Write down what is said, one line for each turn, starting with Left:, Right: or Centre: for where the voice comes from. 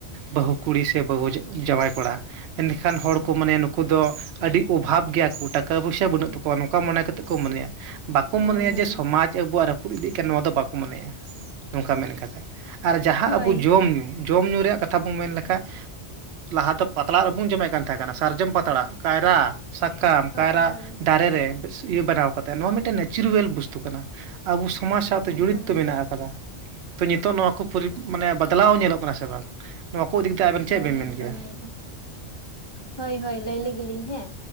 Right: ᱵᱟᱹᱦᱩ ᱠᱩᱲᱤ ᱥᱮ ᱵᱟᱹᱦᱩᱡ ᱡᱟᱶᱟᱭ ᱠᱚᱲᱟ ᱮᱱᱠᱷᱟᱱ ᱦᱚᱲ ᱠᱚ ᱢᱟᱱᱮ ᱱᱩᱠᱩ ᱫᱚ ᱟᱹᱰᱤ ᱚᱵᱷᱟᱵᱽ ᱜᱮᱭᱟ ᱠᱚ ᱴᱟᱠᱟ ᱯᱚᱭᱥᱟ ᱵᱟᱹᱱᱩᱜ ᱛᱟᱠᱚᱣᱟ ᱱᱚᱠᱟ ᱢᱚᱱᱮ ᱠᱟᱛᱮᱫ ᱠᱚ ᱢᱚᱱᱮᱭᱟ ᱵᱟᱠᱚ
Left: ᱦᱳᱭ
Right: ᱢᱚᱱᱮᱭᱟ
Left: ᱦᱳᱭ
Right: ᱡᱮ ᱥᱚᱢᱟᱡᱽ ᱟᱵᱚᱣᱟᱜ ᱨᱟᱹᱯᱩᱫ ᱤᱫᱤᱜ ᱠᱟᱱᱟ ᱱᱚᱣᱟ ᱫᱚ ᱵᱟᱠᱚ ᱢᱚᱱᱮᱭᱟ ᱱᱚᱝᱠᱟ ᱢᱮᱱ ᱠᱟᱛᱷᱟ ᱟᱨ ᱡᱟᱦᱟᱸ
Left: ᱦᱳᱭ
Right: ᱟᱵᱚ ᱡᱚᱢᱼ ᱡᱚᱢᱼ ᱧᱩ ᱨᱮᱭᱟᱜ ᱠᱟᱛᱷᱟ ᱵᱚᱱ ᱢᱮᱱ ᱞᱮᱠᱷᱟᱜ ᱞᱟᱦᱟ ᱫᱚ ᱯᱟᱛᱲᱟ ᱨᱮᱵᱚᱱ ᱡᱚᱢᱮᱫ ᱠᱟᱱ ᱛᱟᱦᱮᱸ ᱠᱟᱱᱟ ᱥᱟᱨᱡᱚᱢ ᱯᱟᱛᱲᱟ ᱠᱟᱭᱨᱟ ᱥᱟᱠᱟᱢ
Left: ᱦᱳᱭ
Right: ᱠᱟᱭᱨᱟ
Left: ᱦᱳᱭ
Right: ᱫᱟᱨᱮ ᱨᱮ ᱤᱭᱟᱹ ᱵᱮᱱᱟᱣ ᱠᱟᱛᱮᱫ ᱱᱚᱣᱟ ᱢᱤᱫᱴᱮᱱ ᱱᱮᱪᱟᱨᱮᱞ ᱵᱚᱥᱛᱩ ᱠᱟᱱᱟ᱾ ᱟᱵᱚ ᱥᱚᱢᱟᱡᱽ ᱥᱟᱶᱛᱮ
Left: ᱮᱠᱫᱚᱢ
Right: ᱡᱚᱲᱤᱛᱛᱚ
Left: ᱮᱠᱫᱚᱢ
Right: ᱢᱮᱱᱟᱜ ᱟᱠᱟᱫᱟ᱾ ᱛᱚ ᱱᱤᱛᱚᱜ ᱱᱚᱣᱟ ᱠᱚ ᱢᱟᱱᱮ ᱵᱟᱫᱞᱟᱣ ᱧᱮᱞᱚᱜ ᱠᱟᱱᱟ ᱥᱮ ᱵᱟᱝ ᱱᱚᱣᱟ ᱠᱚ ᱤᱫᱤ ᱠᱟᱛᱮ ᱟᱵᱮᱱ ᱪᱮᱫ
Left: ᱦᱳᱭ
Right: ᱵᱮᱱ ᱢᱮᱱ
Left: ᱮᱠᱫᱚᱢ
Right: ᱜᱮᱭᱟ
Left: ᱮᱠᱫᱚᱢ ᱦᱳᱭ ᱦᱳᱭ ᱞᱟᱹᱭ ᱞᱮᱜᱮᱞᱤᱧ ᱦᱮᱸ